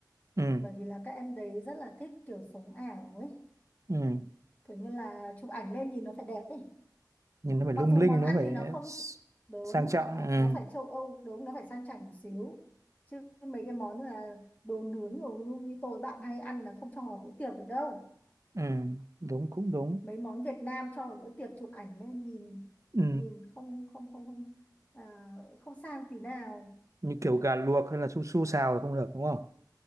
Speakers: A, on the right; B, on the left.
A: ừ
B: bởi vì là các em đấy rất là thích kiểu sống ảo ấy
A: ừ
B: kiểu như là chụp ảnh lên nhìn nó phải đẹp ấy
A: nhìn nó phải
B: mặc
A: lung
B: dù
A: linh
B: món
A: nó
B: ăn
A: phải
B: thì nó không
A: s-
B: đúng
A: sang trọng
B: nó,
A: ừ
B: nó phải châu Âu đúng nó phải sang chảnh một xíu chứ mấy cái món là đồ nướng đồ nung như tôi bạn hay ăn là không cho vào bữa tiệc được đâu
A: ừ đúng cũng đúng
B: mấy món Việt Nam cho một bữa tiệc chụp ảnh lên nhìn
A: Ừ,
B: nhìn không không không không à, không sang tí nào
A: như kiểu gà luộc hay là su su xào là không được đúng không?